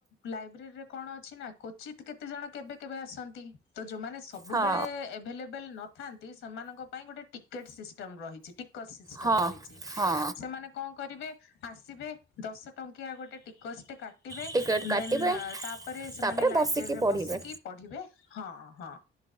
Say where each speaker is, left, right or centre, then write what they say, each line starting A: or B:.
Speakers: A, on the left; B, on the right.
A: ଲାଇବ୍ରେରୀରେ କଣ ଅଛି ନା କଚିତ କେତେ ଜଣ କେବେ କେବେ ଆସନ୍ତି ତ ଯୋଉମାନେ ସବୁବେଳେଭଲେ
B: ହଁ
A: ବେଲେ ନଥାନ୍ତି ସେମାନଙ୍କ ପାଇଁ ଗୋଟେ ଟିକେଟ ସିଷ୍ଟମ ରହିଛି। ସିଷ୍ଟମ
B: ହଁ
A: ରହିଛି
B: ହଁ
A: ସେମାନେ କଣ କରିବେ? ଆସିବେ ଦଶ ଟଙ୍କିଆ ଗୋଟେ ଟିକସ ଟୋ କଟିବେ
B: ଟିକେଟ୍ କାଟିବେ
A: ଦେନ ତାପରେ ସେମାନେ
B: ତାପରେ
A: ଲାଇବ୍ରେରୀରେ
B: ବସିକି ପଢ଼ିବେ
A: ବସିକି ପଢିବେ ହଁ ହଁ